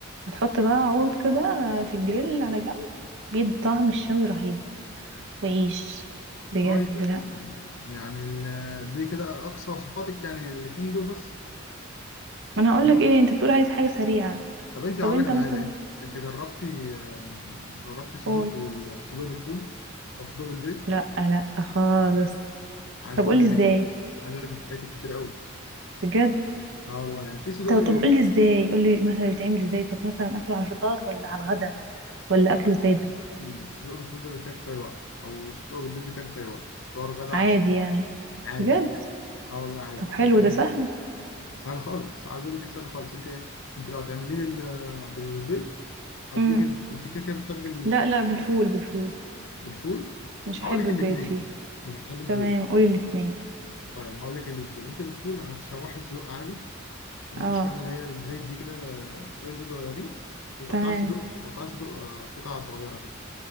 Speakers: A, on the right (about 60°); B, on the left (about 65°).
A: وتحط بقى عود كده في الجريل على جنب بيدي طعم الشوي رهيب وعيش بجد
B: طيب
A: لا
B: يعني ال- دي كده اقصى وصفاتك يعني الاتنين دول بس
A: ما انا هقول
B: لا.
A: لك ايه انت بتقول عايز حاجه سريعه
B: طب انت
A: طب
B: هقول
A: انت
B: لك على
A: مثلا
B: حاجه انت انت جربتي آه، جربتي صدوق
A: قول
B: بال... صدوق بالفول او صدوق بالبيض
A: لا لا خالص
B: عايز
A: طب
B: اقول
A: قولي ازاي
B: لك عايز اقول لك انت فايتك كتير قوي
A: بجد
B: اه والله يعني في صدوق
A: طب طب
B: بالف...
A: قولي ازاي قولي مثلا بيتعمل ازاي طب مثلا اكله على الفطار ولا على الغدا ولا
B: آه،
A: اكله ازاي ده
B: صدوق بالفول ده بيتاكل في اي وقت او صدوق بالبيض بيتاكل في اي وقت فطار غدا
A: عادي
B: عشاء
A: يعني
B: عادي
A: بجد
B: اه والله عادي
A: طب حلو
B: انت
A: ده
B: ممكن
A: سهل
B: سهل خالص عايز اقول لك سهل خالص انت انت لو هتعمليه بال... بالبيض هتجيبي
A: امم
B: الف... انت كده كده بتحبي
A: لا لا بالفول بالفول
B: بالفول
A: مش
B: هقول
A: هحب
B: لك
A: البيض
B: الاثنين
A: فيه
B: مش بتحب البيض
A: تمام قولي الاتنين
B: طيب هقول لك اللي بالفول انت بالفول هتشوحي الصدوق عادي تدوه
A: اه
B: تشويحه اللي هي بالزيت دي كده شويه زيت صغيرين وتقطعي
A: تمام
B: الصدوق تقطعي الصدوق آه، قطع صغيره كده